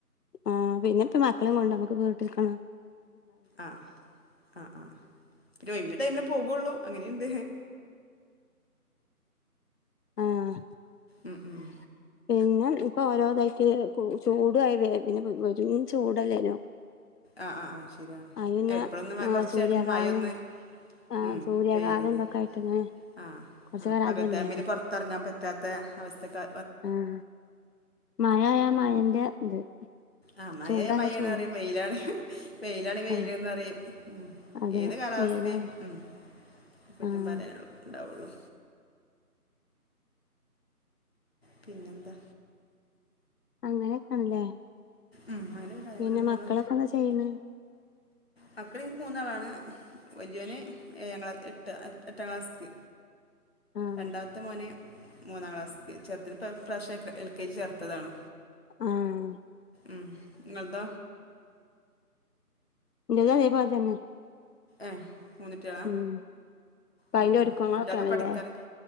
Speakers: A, on the left (about 80°); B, on the left (about 40°).
A: ആഹ് പിന്നെപ്പ മക്കളും കൊണ്ട നമ്മുക്ക് വീട്ടി <unintelligible> ക്കണ്
B: ആഹ് ആഹ് ആഹ് <unintelligible> ടൈമിലെ പോകുള്ളൂ അങ്ങനെയ്ണ്ട്
A: ആഹ്
B: മ്മ് മ്മ്
A: പിന്നെ ഇപ്പോ ഓരോതായിട്ട് ചൂടു ആയി <unintelligible> ചൂടല്ലേനോ
B: ആഹ് ആഹ് ആഹ് ശെരിയാണ്
A: അയിന് പിന്നെ
B: എപ്പോഴൊന്ന്
A: ആഹ്
B: കൊറച്ചായിട്ടൊന്ന്
A: സൂര്യാഘാതം
B: മഴേയൊന്ന്
A: ആഹ്
B: ഉം
A: സൂര്യാഘാതം
B: പെയ്തത്
A: ഇതൊക്കെ ആയിട്ട് ഇങ്ങനെ
B: ആഹ്
A: കുറച്ച്
B: ആഹ്
A: കാലം
B: പകല്
A: അതല്ലായിരുന്നു
B: ടൈമില് പൊ ത്തെറങ്ങാൻ പറ്റാത്ത അവസ്ഥക്കെ
A: ആഹ് മായായ മഴേന്റെ ഇത്
B: ആഹ് മഴയായ
A: ചൂടായ
B: മഴയാണ്
A: ചൂട്
B: അറയും വെയിലാണെ വെയിലാണെ വെയിലന്ന്റയും
A: ആഹ്
B: ഉം
A: അതെ
B: ഏത് കാലവസ്ഥി
A: വെയിലാണ്
B: ഉം കുറ്റം
A: ആഹ്
B: പറയാന എളുപ്പണ്ടാവുള്ളൂ പിന്നെന്താ
A: അങ്ങനെയൊക്കാണ്ല്ലേ
B: ഉം അങ്ങനെ കാര്യങ്ങൾ
A: പിന്നെ മക്കളൊക്കെ
B: പോണു
A: എന്താ ചെയ്യണെ?
B: മക്കള് ഇൻക്ക് മൂന്നാളാണ്. വല്യോന് ഏഴാം ക്ലാസ് എട്ട് എട്ടാം ക്ലാസ്ക്ക്
A: ആഹ്
B: രണ്ടാമത്തെ മോന് മൂന്നാം ക്ലാസ്ക്ക്. ചെർതിൽപ്പം പ്രാശ്യം ക് എൽ കെ ജി ചേർത്തതാണ്.
A: ആഹ്
B: ഉം ഇങ്ങൾതോ
A: ഇന്റതും അതേ പോൽ തന്നെ
B: ഏഹ് മൂന്നുട്ട്യേളാ?
A: ഉം ഇപ്പൊ
B: ഉം
A: അയിന്റെ
B: ഉം
A: ഒരുക്കങ്ങളൊക്കെയാണല്ലേ
B: കുട്ട്യോക്കെ പഠിക്കാനൊക്കെ